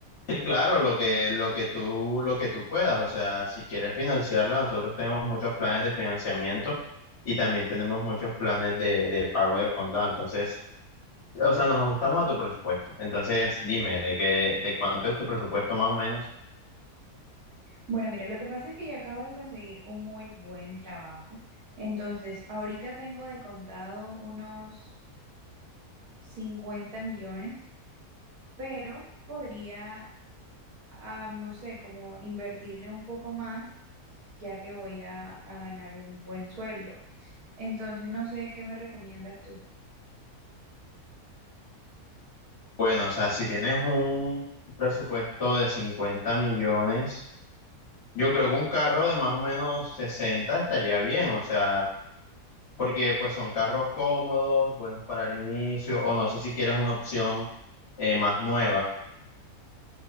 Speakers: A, on the left; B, on the right.
A: Sí, claro, lo que, lo que tú, lo que tú puedas. O sea, si quieres financiarla, nosotros tenemos muchos planes de financiamiento y también tenemos muchos planes de, de pago de contado. Entonces, O sea, nos ajustamos a tu presupuesto. Entonces, dime, ¿de qué, de cuánto es tu presupuesto más o menos?
B: Bueno, mira, lo que pasa es que yo acabo de conseguir un muy buen trabajo, entonces ahorita tengo de contado unos 50 millones, pero podría, ah, no sé, como invertirle un poco más ya que voy a, a ganar un buen sueldo. Entonces, no sé qué me recomiendas tú.
A: Bueno, o sea, si tienes un presupuesto de 50 millones, yo creo que un carro de más o menos 60 estaría bien, o sea, porque pues son carros cómodos, buenos para el inicio, o no sé si quieres una opción eh, más nueva.